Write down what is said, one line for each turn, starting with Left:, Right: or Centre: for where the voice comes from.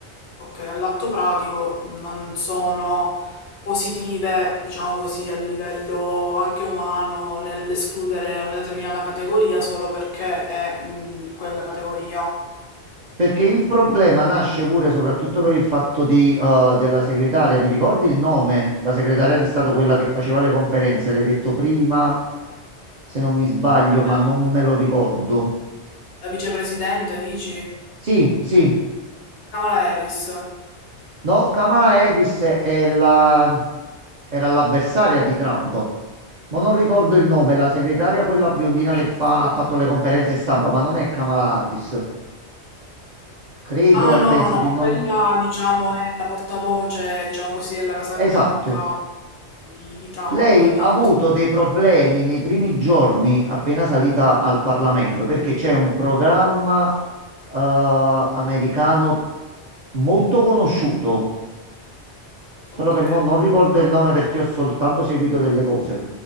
Left: ok, all'atto pratico non sono positive, diciamo così, a livello anche umano nell'escludere una determinata categoria solo perché è in quella categoria.
Right: Perché il problema nasce pure soprattutto per il fatto di, eh, della segretaria. Mi ricordi il nome? La segretaria di Stato, quella che faceva le conferenze, l'hai detto prima, se non mi sbaglio, ma
Left: Eh,
Right: non me lo ricordo.
Left: La vicepresidente, dici?
Right: Sì, sì.
Left: Kamala Harris.
Right: No, Kamala Harris è la- era l'avversaria di Trump. Ma non ricordo il nome, la segretaria, quella biondina
Left: Sì,
Right: che fa-
Left: sì,
Right: ha
Left: sì,
Right: fatto
Left: sì.
Right: le conferenze stampa, ma non è Kamala Harris. Credo
Left: Ah,
Right: e
Left: no,
Right: penso
Left: no, no,
Right: di non...
Left: quella diciamo è la portavoce, diciamo così, della Casa Bianca
Right: Esatto.
Left: di, di Trump,
Right: Lei
Left: di
Right: ha avuto dei problemi nei primi giorni appena salita
Left: Sì.
Right: al Parlamento perché c'è un programma eh, americano molto conosciuto, solo
Left: Ok,
Right: che mo non ricordo il nome perché ho soltanto seguito delle cose.